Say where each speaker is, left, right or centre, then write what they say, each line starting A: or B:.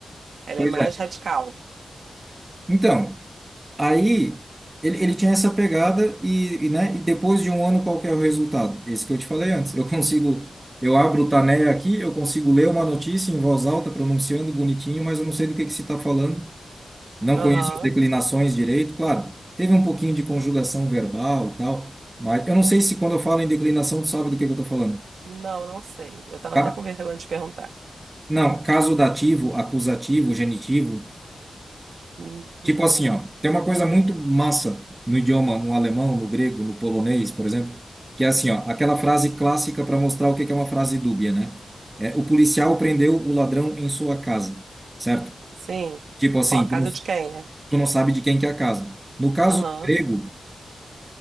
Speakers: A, on the right; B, on the right.
A: Ela
B: pois
A: é mais
B: é.
A: radical.
B: Então, Aí ele, ele tinha essa pegada e, e, né, e depois de um ano qual que é o resultado? Esse que eu te falei antes. Eu consigo, eu abro o Taneia aqui, eu consigo ler uma notícia em voz alta, pronunciando bonitinho, mas eu não sei do que que se está falando, não
A: Aham.
B: conheço as declinações direito, claro. Teve um pouquinho de conjugação verbal, tal, mas eu não sei se quando eu falo em declinação tu sabe do que que eu estou falando.
A: Não, não sei. Eu tava
B: Ca-
A: até com vergonha de perguntar.
B: Não, caso dativo, acusativo, genitivo.
A: Hum,
B: Tipo
A: Não.
B: assim, ó, tem uma coisa muito massa no idioma, no alemão, no grego, no polonês, por exemplo, que é assim, ó, aquela frase clássica para mostrar o que que é uma frase dúbia, né? É, o policial prendeu o ladrão em sua casa, certo?
A: Sim.
B: Tipo assim,
A: Qual a
B: tu
A: casa
B: não,
A: de quem, né?
B: tu não sabe de quem que é a casa. No caso
A: Aham.
B: do grego,